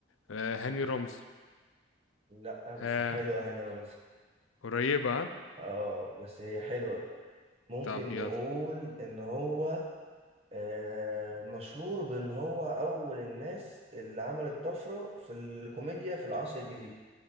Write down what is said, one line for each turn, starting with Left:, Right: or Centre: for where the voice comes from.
Left: آه، هاني رمزي
Right: لا بس
Left: ها
Right: حلوة هاني رمزي
Left: قريبة ها؟
Right: اه بس هي حلوة ممكن
Left: طب يلا
Right: نقول ان هو آه مشهور بان هو اول الناس اللي عملت طفرة في الكوميديا في العصر الجديد